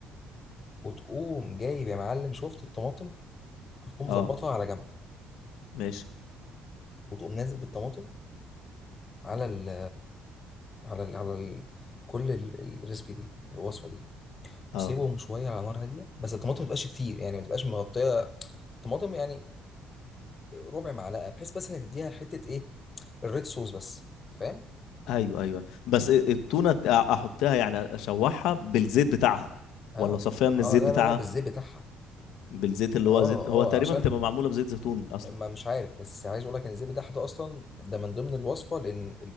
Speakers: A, on the left; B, on the left.
A: وتقوم جايب يا معلم شفت الطماطم هتقوم
B: اه
A: مظبطها على جنب
B: ماشي
A: وتقوم نازل بالطماطم على ال على ال على ال كل ال- الريسبي دي الوصفه دي
B: اه
A: وسيبهم شويه على نار هاديه بس الطماطم ما تبقاش كتير يعني ما تبقاش مغطيه الطماطم يعني ربع معلقه بحيث بس ان تديها حته ايه الريد صوص بس أنت فاهم
B: ايوه ايوه بس ال- التونة أ- احطها يعني اشوحها بالزيت بتاعها
A: اه
B: ولا اصفيها من
A: اه
B: الزيت
A: لا
B: بتاعها
A: لا لا بالزيت بتاعها
B: بالزيت اللي
A: اه
B: هو زيت هو
A: اه
B: تقريبا
A: عشان
B: بتبقى معمولة بزيت زيتون اصلا
A: ما مش عارف بس عايز اقول لك ان الزيت بتاعها ده اصلا ده من ضمن الوصفه لان